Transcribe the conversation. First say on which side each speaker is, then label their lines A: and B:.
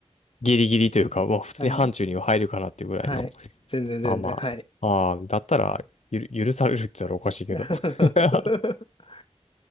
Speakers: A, on the left (about 80°); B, on the left (about 55°).
A: ギリギリというか、まあ普通に範疇には入るかなっていうぐらいの。
B: はい。はい。全然、全然。
A: ああまあ、
B: はい。
A: ああ、だったらゆる、許されるって言ったらおかしいけど。
B: <laughs>
A: <laughs>